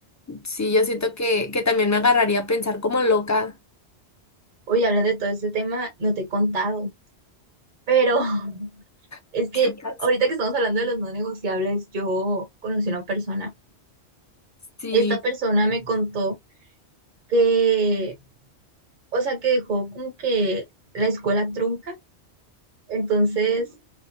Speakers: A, on the left (about 25°); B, on the right (about 50°).
A: sí, yo siento que, que también me agarraría a pensar como loca.
B: Oye, hablando de todo este tema, no te he contado, pero <laughs>
A: <laughs>
B: es que
A: ¿Qué pasa?
B: ahorita que estamos hablando de los no negociables, yo conocí a una persona.
A: Sí.
B: Esta persona me contó que, o sea, que dejó como que la escuela trunca. Entonces,